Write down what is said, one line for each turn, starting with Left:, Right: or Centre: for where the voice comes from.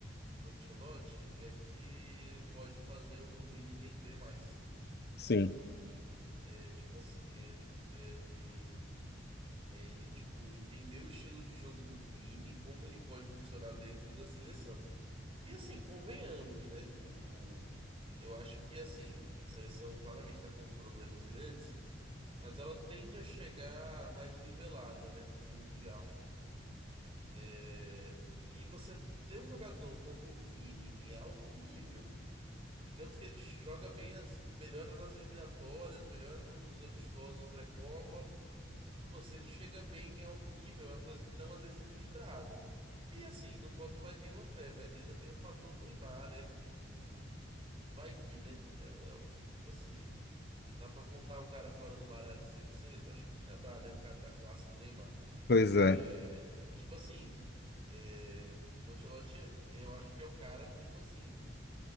Right: do Ancelotti é que ele pode fazer o Vini render mais.
Left: Sim.
Right: É, tipo assim, ele, ele É ele, tipo, entender o estilo de jogo do Vini, como ele pode funcionar dentro da seleção. E assim, convenhamos, né? O, o, eu acho que, assim, a seleção claramente está com problemas grandes, mas ela tende a chegar mais nivelada, né, para o Mundial. É, e você ter um jogador como o Vini em alto nível, digamos que ele joga bem, as, melhora nas eliminatórias, melhora nos amistosos pré-Copa. Pô, se ele chega bem em alto nível, é uma coisa que dá uma desequilibrada. E assim, não boto mais nenhuma fé, mas ainda tem o fator Neymar, né? Que, tipo, vai que, né? É, é um, tipo assim, dá pra contar o cara fora do baralho cem por cento Acho que nunca dá, né? Um cara da classe do Neymar.
Left: Pois é.
Right: É, é, tipo assim, é, o Ancelotti, é- eu acho que é o cara que, tipo assim,